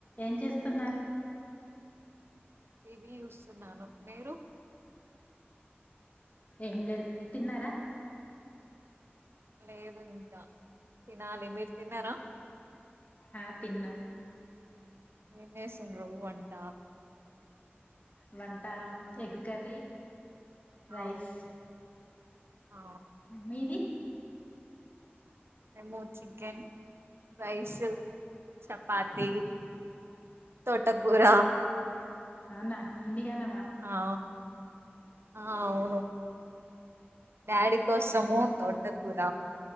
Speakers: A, on the left (about 40°); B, on the right (about 70°).
A: ఏం చేస్తున్నారు
B: టీవీ చూస్తున్నాను మీరు
A: ఏం లేదు తిన్నారా
B: లేదు ఇంకా తినాలి మీరు తిన్నారా
A: ఆ తిన్నాం
B: ఏం చేసిండ్రు వంట
A: వంట ఎగ్ కర్రీ, రైస్
B: ఆ ఆ
A: మీది
B: మేము చికెన్ రైస్, చపాతి తోటకూర
A: అవునా ఇన్ని గాన
B: ఆ ఆ అవును డాడీ కోసము తోటకూర